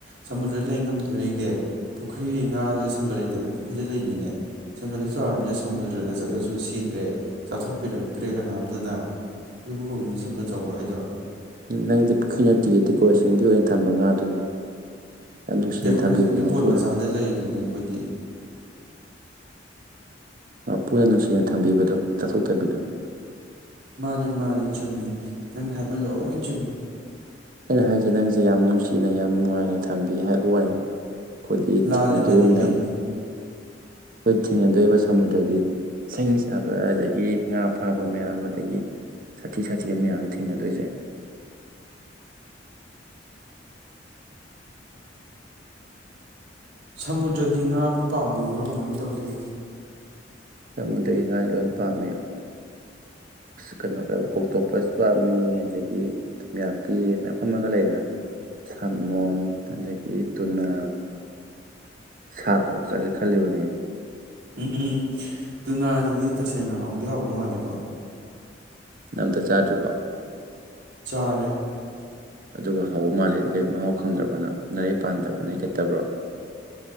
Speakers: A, on the right; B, on the right.
A: ꯁꯃꯨꯗ꯭ꯔꯗ ꯂꯩ ꯉꯝꯗꯣꯔꯤꯒꯦ ꯄꯨꯈ꯭ꯔꯤꯒꯤ ꯉꯥꯗꯨꯗ ꯁꯪꯒ ꯂꯩꯇꯕꯒꯤ ꯄꯨꯈ꯭ꯔꯤꯗ ꯂꯩꯅꯤꯅꯦ ꯁꯪꯒꯗꯨ ꯆꯥꯎꯔꯕꯃꯤꯅ ꯁꯃꯨꯗ꯭ꯔꯗ ꯆꯠꯂꯁꯨ ꯁꯤꯗ꯭ꯔꯦ ꯆꯥꯊꯣꯛꯄꯤꯔꯛꯇ꯭ꯔꯦ ꯀꯅꯥꯝꯇꯅ ꯑꯗꯨꯕꯨ ꯀꯧꯏꯅꯦ ꯁꯪꯒ ꯆꯥꯎꯧꯕ ꯍꯥꯏꯗꯣ
B: ꯅꯪꯗꯤ ꯄꯨꯈ꯭ꯔꯤ ꯅꯠꯇꯦꯒ ꯗꯦꯀꯣꯔꯦꯁꯟꯒꯤ ꯑꯣꯏꯅ ꯊꯝꯕ ꯉꯥꯗꯨꯅꯦ ꯌꯥꯝ ꯅꯨꯡꯁꯤꯅ
A: ꯗꯦꯀꯣꯔꯦꯁꯟꯒꯤ
B: ꯊꯝꯕꯤꯕꯗꯣ ꯃꯄꯨꯅ
A: ꯄꯣꯠ ꯃꯆꯥꯗ ꯂꯩꯔꯤꯗꯨꯅꯦ ꯑꯩꯈꯣꯏꯗꯤ
B: ꯃꯄꯨꯅ ꯅꯨꯡꯁꯤꯅ ꯊꯝꯕꯤꯕꯗꯣ ꯆꯥꯊꯣꯛ ꯇꯥꯕꯤꯗꯣ
A: ꯃꯥꯅꯦ ꯃꯥꯅꯦ ꯆꯨꯝꯃꯤ ꯅꯪ ꯍꯥꯏꯕ ꯅꯪ ꯂꯣꯏ ꯆꯨꯝꯃꯦ
B: ꯑꯩꯅ ꯍꯥꯏꯁꯩ ꯅꯪꯁꯦ ꯌꯥꯝ ꯅꯨꯡꯁꯤꯅ ꯌꯥꯝ ꯅꯨꯡꯉꯥꯏꯅ ꯊꯝꯕꯤ ꯍꯥꯏꯕ ꯋꯥꯅ ꯑꯩꯈꯣꯏꯗꯤ
A: ꯂꯥꯜꯂꯤꯕꯗꯤ
B: ꯊꯦꯡꯅꯗꯧꯔꯤꯕ ꯃꯌꯥꯝꯗꯣ
A: ꯑꯩꯅꯤ
B: ꯑꯩꯈꯣꯏ ꯊꯦꯡꯅꯗꯣꯏꯕ ꯁꯃꯨꯗ꯭ꯔꯒꯤ ꯁꯥꯍꯤꯡ ꯆꯥꯕ ꯑꯗꯒꯤ ꯉꯥ ꯐꯥꯕ ꯃꯌꯥꯝ ꯑꯗꯒꯤ ꯁꯥꯊꯤ ꯁꯥꯊꯤꯕ ꯃꯌꯥꯝꯁ ꯊꯦꯡꯅꯗꯣꯏꯁꯦ
A: ꯁꯃꯨꯗ꯭ꯔꯒꯤ ꯉꯥꯕꯨ ꯄꯥꯝꯕꯤꯕ꯭ꯔꯣ ꯀꯃꯥꯏꯅ ꯇꯧꯒꯦ
B: ꯁꯃꯨꯗ꯭ꯔꯒꯤ ꯉꯥꯗꯤ ꯂꯣꯏ ꯄꯥꯝꯃꯦ ꯀꯩꯅꯣꯒ ꯑꯣꯛꯇꯣꯞꯄꯁ ꯄꯥꯝꯃꯤ ꯑꯗꯒꯤ ꯊꯨꯝꯌꯥꯛꯄꯤ ꯑꯗꯩ ꯃꯌꯥꯝ ꯑꯃꯒ ꯂꯩꯗꯅ ꯁꯥꯃꯣꯟ ꯑꯗꯒꯤ ꯇꯨꯅꯥ ꯁꯥꯛ ꯄꯣꯛ ꯆꯥꯒꯦ ꯈꯜꯂꯤꯕꯅꯦ ꯑꯩꯗꯤ
A: ꯎꯝ ꯎꯝ ꯇꯨꯅꯥꯁꯤꯗꯤ ꯇꯁꯦꯡꯅ ꯍꯥꯎꯗꯤ ꯍꯥꯎꯕ ꯃꯥꯜꯂꯦꯀꯣ
B: ꯅꯪ ꯑꯝꯇ ꯆꯥꯗ꯭ꯔꯤ ꯕꯣ
A: ꯆꯥꯔꯦ
B: ꯑꯗꯨꯒ ꯍꯧꯕ ꯃꯥꯜꯂꯤꯗꯤ ꯀꯔꯤ ꯃꯍꯥꯎ ꯈꯪꯗ꯭ꯔꯕꯣ ꯅꯥꯔꯩ ꯄꯥꯟꯗꯕꯔ ꯅꯔꯩ ꯈꯦꯠꯇꯕ꯭ꯔ